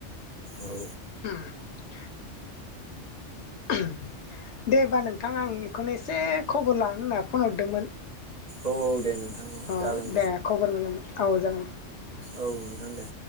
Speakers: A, on the right; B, on the left.
A: औ
B: <inaudible> ओहोम दे हबा नोंथां आं बेखौनो एसे खबर लानो होनना फन हरदोंमोन।
A: औ औ दे नोंथां औ
B: अ
A: जागोन
B: दे खबर मोजां औ जागोन दे।
A: औ नोंथां दे